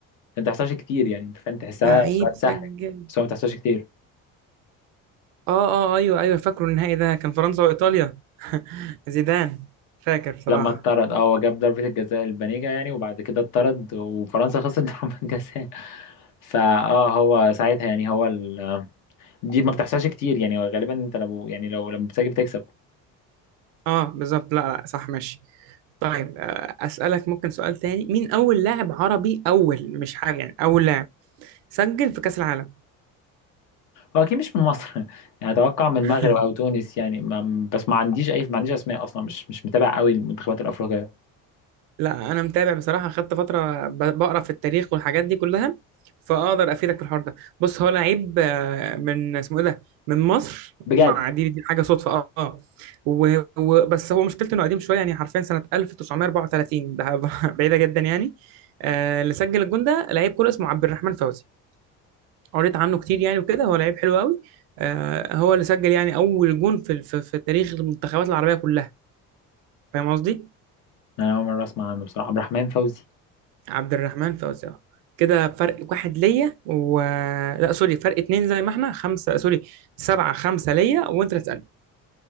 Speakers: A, on the left (about 60°); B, on the right (about 80°).
A: ما بتحصلش كتير يعني أنت فاهم تحسها
B: لعيب
A: سؤال
B: سجل
A: سهل بس هو ما بتحصلش كتير
B: اه اه آه، ايوه ايوه فاكره النهائي ده كان فرنسا وايطاليا <laughs> زيدان فاكر بصراحة
A: لما اتطرد اه هو جاب ضربة الجزاء البنيجة يعني وبعد كده اتطرد وفرنسا <laughs> خسرت ضربة الجزاء فاه هو ساعتها يعني هو ال... دي ما بتحصلش كتير يعني غالبا انت لو يعني لو لما بتسجل بتكسب
B: اه بالظبط لا لا صح ماشي طيب آه، اسالك ممكن سؤال تاني مين اول لاعب عربي اول مش حاجه يعني اول لاعب سجل في كاس العالم
A: هو اكيد مش من مصر <laughs> يعني اتوقع من المغرب
B: <laughs>
A: او تونس يعني ما بس ما عنديش اي ما عنديش اسماء اصلا مش مش متابع قوي المنتخبات الافريقيه
B: لا انا متابع بصراحه خدت فتره ب- بقرا في التاريخ والحاجات دي كلها فاقدر افيدك في الحوار ده بص هو لعيب آه، من اسمه ايه ده من مصر
A: بجد
B: مع دي دي حاجه صدفه اه آه. و- و- بس هو مشكلته انه قديم شويه يعني حرفيا سنه 1934 ده <laughs> بعيده جدا يعني آه، اللي سجل الجون ده لعيب كوره اسمه عبد الرحمن فوزي قريت عنه كتير يعني وكده هو لعيب حلو قوي آه هو اللي سجل يعني اول جون في في, في تاريخ المنتخبات العربيه كلها فاهم قصدي
A: انا اول مره اسمع عنه بصراحه عبد الرحمن فوزي
B: عبد الرحمن فوزي آه، كده فرق واحد ليا و لا سوري فرق اتنين زي ما احنا خمسه سوري سبعه خمسه ليا وانت اللي تسالني